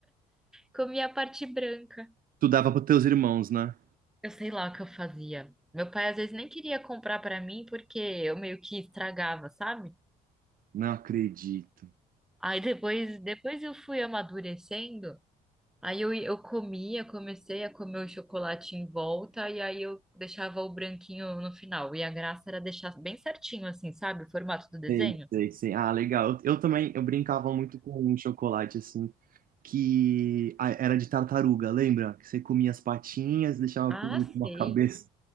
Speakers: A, in the centre; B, on the right.
A: Comia a parte branca.
B: Tu dava pros teus irmãos, né?
A: Eu sei lá o que eu fazia. Meu pai às vezes nem queria comprar pra mim porque eu meio que estragava, sabe?
B: Não acredito.
A: Aí depois, depois eu fui amadurecendo. Aí eu, eu comia, comecei a comer o chocolate em volta e aí eu deixava o branquinho no final. E a graça era deixar bem certinho assim, sabe? O formato do desenho.
B: Sei, sei, sei. Ah, legal. Eu, eu também, eu brincava muito com um chocolate, assim, que ah, era de tartaruga, lembra? Que você comia as patinhas, deixava
A: Ah,
B: por último
A: sei.
B: a cabeça.